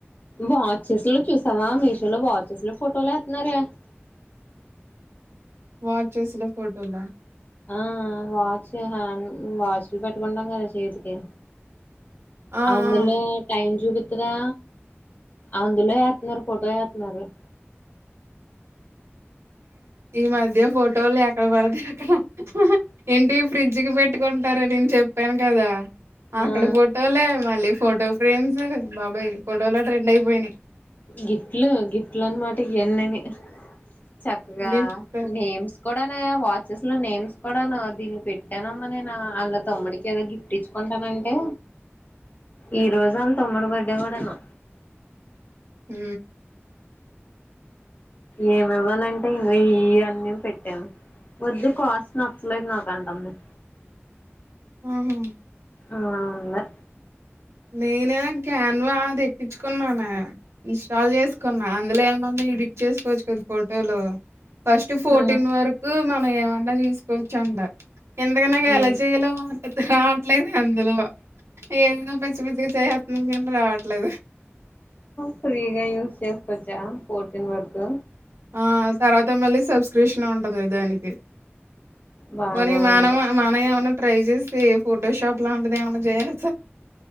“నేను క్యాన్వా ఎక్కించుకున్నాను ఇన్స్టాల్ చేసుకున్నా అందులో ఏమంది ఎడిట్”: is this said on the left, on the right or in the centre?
Right